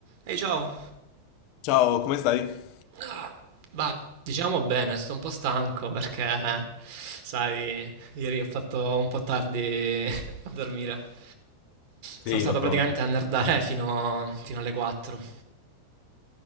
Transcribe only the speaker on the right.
Ehi, ciao.
Ah, bah, diciamo bene, sto un po' stanco perché, sai, ieri ho fatto un po' tardi <laughs> a dormire.
Sono stato
praticamente
a nerdare fino, fino alle 4.